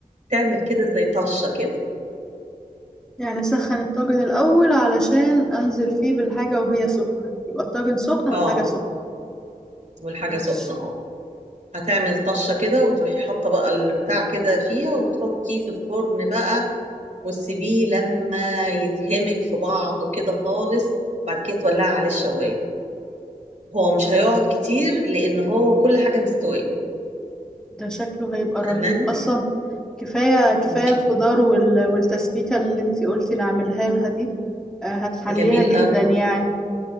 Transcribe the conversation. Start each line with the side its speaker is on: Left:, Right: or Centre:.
Right: تعمل كده زي طشه كده
Centre: يعني اسخن الطاجن الاول علشان انزل فيه بالحاجة وهي سخنة يبقى الطاجن سخن والحاجة
Right: اه
Centre: سخنة
Right: والحاجه
Centre: ماشي
Right: سخنه اه هتعمل طشة كده وتروحي حاطة بقى البتاع كده فيها وتحطيه في الفرن بقى وتسيبيه لما يتهمك في بعضه كده خالص بعد كده تولعي عليه الشواية هو مش هيقعد كتير لأن هو كل حاجة مستوية
Centre: ده شكله هيبقى
Right: فاهماني؟
Centre: رهيب اصلا كفايه كفايه
Right: مم.
Centre: الخضار وال- والتسبيكه اللي انتي قلتي نعملها لها دي آه، هتحليها
Right: جميل
Centre: جدا
Right: قوي
Centre: يعني